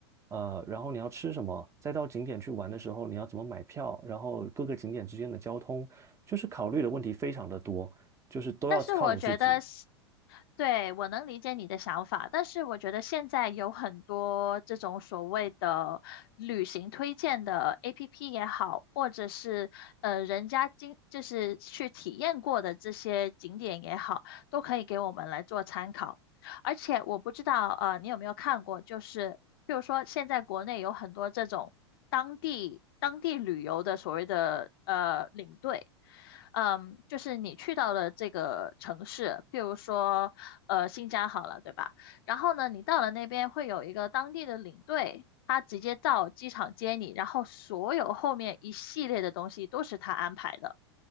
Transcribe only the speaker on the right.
呃，然后你要吃什么，再到景点去玩的时候你要怎么买票，然后各个景点之间的交通，就是考虑的问题非常的多，就是都要靠你自己。